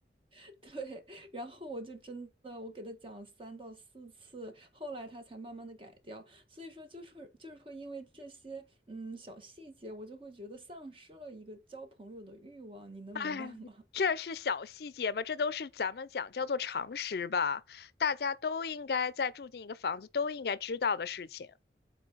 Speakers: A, on the right; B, on the left.
A: <laughs> 对，然后我就真的，我给他讲了三到四次，后来他才慢慢的改掉。所以说，就是就是会因为这些嗯小细节，我就会觉得丧失了一个交朋友的欲望，你能明白吗？
B: 哎，这是小细节吗？这都是咱们讲叫做常识吧，大家都应该在住进一个房子都应该知道的事情。